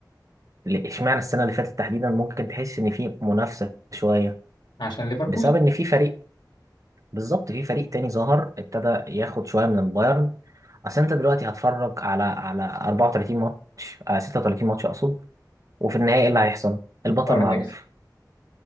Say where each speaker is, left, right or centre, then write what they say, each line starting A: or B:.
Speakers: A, on the right (about 50°); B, on the left (about 80°).
A: ليه- اشمعنى السنة اللي فاتت تحديدا ممكن تحس إن في منافسة شوية
B: عشان ليفركوزن
A: بسبب إن في فريق بالظبط في فريق تاني ظهر ابتدى ياخد شوية من البايرن أصل أنت دلوقتي هتفرج على على 34 ماتش آه، 36 ماتش أقصد وفي النهاية إيه اللي هيحصل؟
B: البايرن
A: البطل معروف
B: يكسب